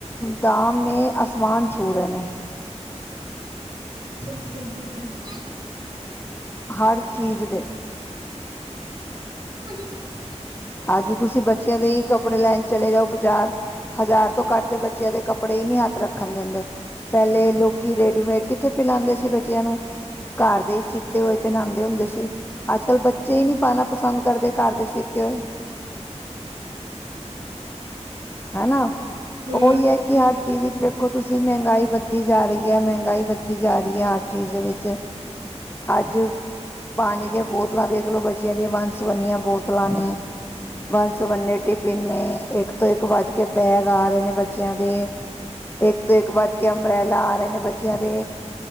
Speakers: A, on the left; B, on the right.
A: ਦਾਮ ਨੇ ਅਸਮਾਨ ਛੂ ਰੇਨੇ।
B: ਬਿਲਕੁਲ ਬਿਲਕੁਲ।
A: ਹਰ ਚੀਜ਼ ਦੇ।
B: <inaudible>
A: ਅੱਜ ਤੁਸੀਂ ਬੱਚੇਆਂ ਦੇ ਈ ਕੱਪੜੇ ਲੈਣ ਚਲੇ ਜਾਓ ਬਜਾਰ ਹਜ਼ਾਰ ਤੋਂ ਘੱਟ ਤੇ ਬੱਚੇਆਂ ਦੇ ਕੱਪੜੇ ਈ ਨੀ ਹੱਥ ਰੱਖਣ ਦਿੰਦੇ। ਪੈਲੇ ਲੋਕੀ ਰੇਡੀਮੇਡ ਕਿੱਥੇ ਪੇਨਾਂਦੇ ਸੀ ਬੱਚੇਆਂ ਨੂੰ ਘਰ ਦੇ ਈ ਸੀਤੇ ਹੋਏ ਪੇਨਾਂਦੇ ਹੁੰਦੇ ਸੀ। ਅੱਜ ਕੱਲ ਬੱਚੇ ਈ ਨੀ ਪਾਨਾ ਪਸੰਦ ਕਰਦੇ ਘਰ ਦੇ ਸਿਤੇ ਹੋਏ। ਹੈਨਾ।
B: ਹੂੰ
A: ਓਈ ਐ ਕਿ ਹਰ ਚੀਜ਼ ਵਿੱਚ ਵੇਖੋ ਤੁਸੀਂ ਮਹੰਗਾਈ ਵੱਧੀ ਜਾ ਰੀ ਐ। ਮਹੰਗਾਈ ਵੱਧੀ ਜਾ ਰੀ ਐ ਹਰ ਚੀਜ਼ ਵਿੱਚ। ਅੱਜ ਪਾਣੀ ਦੀਆਂ ਬੋਤਲਾਂ ਵੇਖ ਲੋ ਬੱਚੇਆਂ ਦੀਆਂ ਵੰਨ ਸਵੰਨੀਆਂ ਬੋਤਲਾਂ ਨੇ ਵਨ ਸਵੰਨੇ ਟਿਫਿਨ ਨੇ, ਏਕ ਤੋਂ ਏਕ ਵੱਧ ਕੇ ਬੈਗ ਆ ਰੇ ਨੇ ਬੱਚੇਆਂ ਦੇ। ਏਕ ਤੋਂ ਏਕ ਵੱਧ ਕੇ ਅੰਬਰੈਲਾ ਆ ਰੇ ਨੇ ਬੱਚੇਆਂ ਦੇ।